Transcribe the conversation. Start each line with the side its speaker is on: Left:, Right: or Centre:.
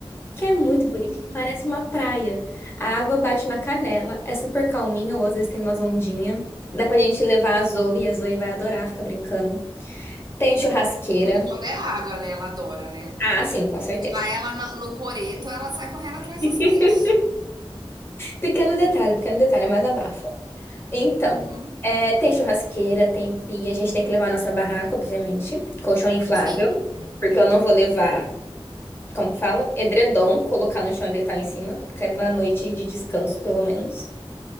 Left: que é muito
Right: Hum.
Left: bonitinho, parece uma praia. A água bate na canela, é super calminha, ou às vezes tem umas ondinhas. Dá pra gente levar a Zoe, e a Zoe vai adorar ficar brincando. Tem churrasqueira.
Right: Tudo quando é água, né? Ela adora, né?
Left: Ah, sim, com certeza.
Right: Levar ela na- no coreto, ela sai correndo atrás
Left: <laughs>
Right: dos peixes.
Left: Pequeno detalhe, pequeno detalhe, mas abafa. Então,
Right: Uhum.
Left: é, tem churrasqueira, tem pia, a gente tem que levar a nossa barraca, obviamente. Colchão inflável,
Right: Sempre.
Left: porque eu não vou levar, como fala, edredom, colocar no chão e deitar em cima. Quero uma noite de descanso, pelo menos.